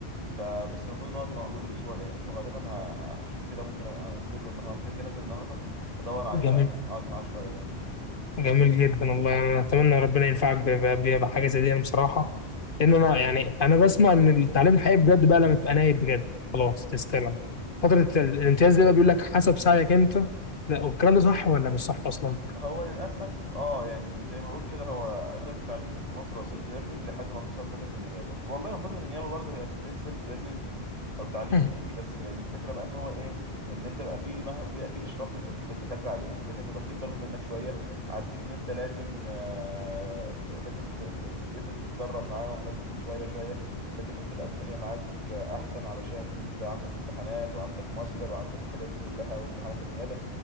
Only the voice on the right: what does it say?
فبس المفروض إن هو بيبقى موجود الأسبوع ده يعني فغالبا ه- هشوف كده ممكن أنزل له النهاردة كده كده نازل النهاردة هدور عليه
بقى أقعد معاه شوية يعني
هو للأسف اه يعني زي ما بقول كده هو أغلب التعليم في مصر هو سيلف ليرنينج لحد ما توصل فترة النيابة والله وفترة النيابة برضه هي ستيل سيلف ليرنينج أو تعليم
ذاتي بس يعني الفكرة بقى إن هو إيه إن أنت بقى في مه- بيبقى في إشراف من الدك- من الدكاترة عليك الدكاترة واخدين بالهم منك شوية عارفين إن أنت لازم آه ت- لازم ت- ت- لازم تتدرب معاهم لازم شوية شوية لازم هتبقى الدنيا معاك آه، أحسن علشان أنت عندك امتحانات وعندك ماستر وعندك الحاجات دي كلها وامتحانات النيابة